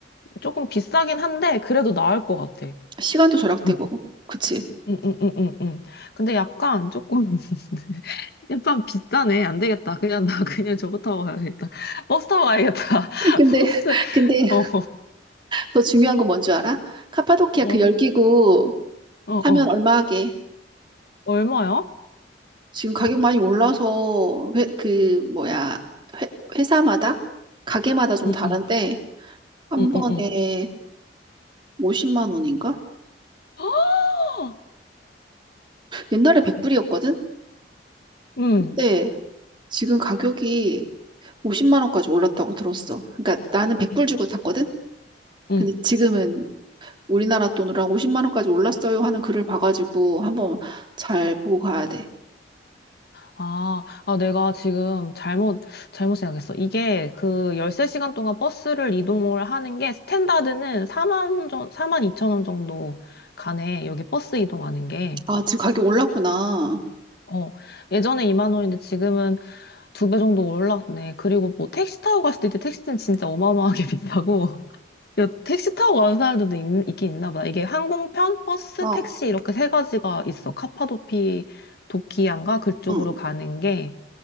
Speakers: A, on the left; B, on the right.
A: 조금 비싸긴 한데 그래도 나을 것 같아.
B: 시간도 절약되고.
A: <laughs>
B: 그치.
A: 음, 음, 음, 음, 음. 근데 약간 조금 <laughs> 약간 비싸네. 안 되겠다. 그냥 나 그냥 저거 타고 가야겠다. 버스 타고 가야겠다. <laughs>
B: <laughs> 근데,
A: 버스.
B: 근데
A: 어, 어.
B: 더 중요한 건 뭔지 알아? 카파도키아
A: 와,
B: 그 열기구
A: 어,
B: 타면
A: 어.
B: 얼마 하게.
A: 얼마야?
B: 지금 가격 많이 올라서 회, 그 뭐야 회, 회사마다 가게마다 좀
A: 응,
B: 다른데
A: 응,
B: 한
A: 응,
B: 번에
A: 응, 응.
B: 50만 원인가?
A: <gasps> 아!
B: 옛날에 100불이었거든?
A: 응,
B: 근데 지금 가격이 50만 원까지 올랐다고 들었어. 그러니까 나는 100불 주고 샀거든?
A: 응.
B: 근데 지금은 우리나라 돈으로 한 50만 원까지 올랐어요 하는 글을 봐가지고 한번 잘 보고 가야 돼.
A: 아, 아, 내가 지금 잘못, 잘못 생각했어. 이게 그 13시간 동안 버스를 이동을 하는 게 스탠다드는 4만 정, 사만 2천 원 정도 가네. 여기 버스 이동하는 게.
B: 아, 지금 가격 올랐구나.
A: 어, 예전에 2만 원인데 지금은 두 배 정도 올랐네. 그리고 뭐 택시 타고 갔을 때 택시는 진짜 어마어마하게 <laughs> 비싸고. 야, 택시 타고 가는 사람들도 있, 있긴 있나 보다. 이게 항공편, 버스,
B: 어,
A: 택시 이렇게 세 가지가 있어. 카파도피, 도키안가 그쪽으로
B: 응,
A: 가는 게.